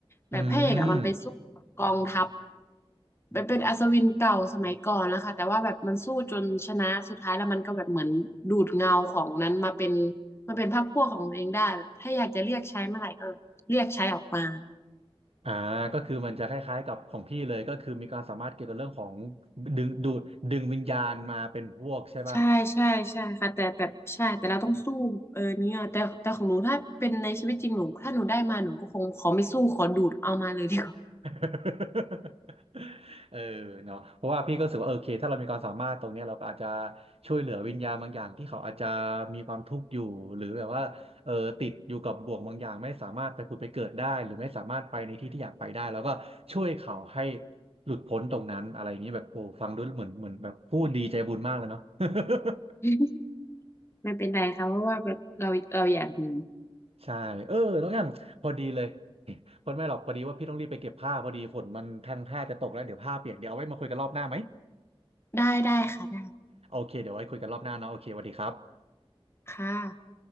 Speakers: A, on the left (about 25°); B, on the right (about 80°).
A: แบบพระเอกอะมันไปสู้กับกองทัพ
B: อืม
A: แบบเป็นอัศวินเก่าสมัยก่อนนะคะแต่ว่าแบบมันสู้จนชนะสุดท้ายแล้วมันก็แบบเหมือนดูดเงาของนั้นมาเป็นมาเป็นพรรคพวกของตัวเองได้แบบถ้าอยากจะเรียกใช้เมื่อไหร่ก็เรียกใช้ออกมา
B: อ่าก็คือมันจะคล้ายๆกับของพี่เลยก็คือมีความสามารถเกี่ยวกับเรื่องของดึงดูดดึงวิญญาณมาเป็นพวกใช่ป่ะ
A: ใช่ใช่ใช่ค่ะแต่แบบใช่แต่เราต้องสู้เออเนี่ยแต่แต่ของหนูถ้าเป็นในชีวิตจริงหนูถ้าหนูได้มาหนูก็คงขอไม่สู้ขอดูดเอามาเลยดีกว่า
B: <laughs> เออเนาะเพราะว่าพี่ก็รู้สึกว่าเออโอเคถ้าเรามีความสามารถตรงเนี้ยเราก็อาจจะช่วยเหลือวิญญาณบางอย่างที่เขาอาจจะมีความทุกข์อยู่หรือแบบว่าเออติดอยู่กับบ่วงบางอย่างไม่สามารถไปผุดไปเกิดได้หรือไม่สามารถไปในที่ที่อยากไปได้แล้วก็ช่วยเขาให้หลุดพ้นตรงนั้นอะไรอย่างนี้แบบโอ้ฟังดูเหมือนเหมือนแบบ <laughs> พูดดีใจบุญมากเลยเนาะ <laughs>
A: <laughs> ไม่เป็นไรค่ะเพราะว่าแบบเราเราอยากมี
B: ใช่เออน้องแอมพอดีเลย <laughs> พอดีไม่หรอกพอดีว่าพี่ต้องรีบไปเก็บผ้าพอดีฝนมันทันท่าจะตกแล้วเดี๋ยวผ้าเปียกเดี๋ยวเอาไว้มาคุยกันรอบหน้าไหม
A: ได้ได้ค่ะได้
B: โอเคเดี๋ยวไว้คุยกันรอบหน้าเนาะโอเคสวัสดีครับ
A: ค่ะ